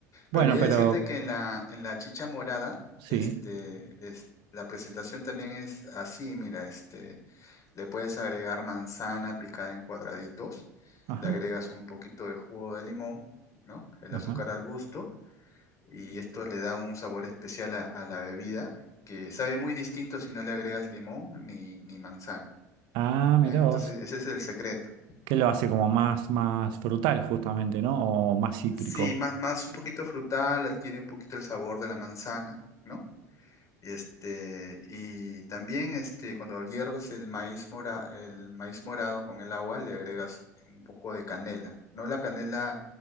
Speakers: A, on the right; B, on the left.
A: Bueno,
B: Me olvidé
A: pero
B: decirte que en la, en la chicha morada,
A: sí,
B: este, es, la presentación también es así, mira, este, le puedes agregar manzana picada en cuadraditos,
A: ajá,
B: le agregas un poquito de jugo de limón, ¿no? El
A: ajá.
B: azúcar al gusto y esto le da un sabor especial a, a la bebida que sabe muy distinto si no le agregas limón ni, ni manzana.
A: Ah, mirá
B: ¿eh? Entonces,
A: vos,
B: ese es el secreto.
A: que lo hace como más, más frutal justamente, ¿no? O más cítrico.
B: Sí, más, más un poquito frutal, adquiere un poquito el sabor de la manzana, ¿no? Este, y también este, cuando hierves el maíz mora, el maíz morado con el agua, le agregas un poco de canela. No la canela